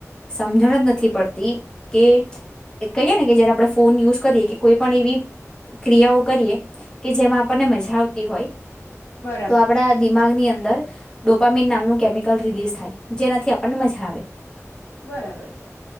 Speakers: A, on the left; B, on the left.
A: સમજણ જ નથી પડતી કે કહીએે ને કે જયારે આપણે ફોન યુઝ કરીએ કે કોઈ પણ એવી ક્રિયાઓ કરીએ કે જેમાં આપણને મજા આવતી હોય
B: બરાબર
A: તો આપડા દિમાગની અંદર ડો પમીન નામનું કેમિકલ રિલીઝ થાય જેનાથી આપણને મજા આવે
B: બરાબર છે